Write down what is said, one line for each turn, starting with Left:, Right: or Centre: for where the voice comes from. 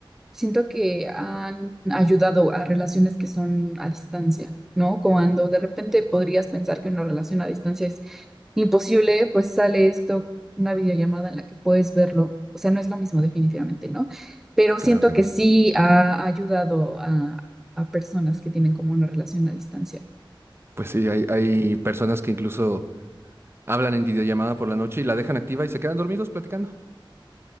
Centre: Siento que han ayudado a relaciones que son a distancia, ¿no? Cuando de repente podrías pensar que una relación a distancia es imposible, pues sale esto, una videollamada en la que puedes verlo. O sea, no es lo mismo definitivamente, ¿no? Pero
Right: Claro
Centre: siento
Right: que
Centre: que
Right: no.
Centre: sí ha ayudado a, a personas que tienen como una relación a distancia.
Right: Pues sí, hay, hay personas que incluso hablan en videollamada por la noche y la dejan activa y se quedan dormidos platicando.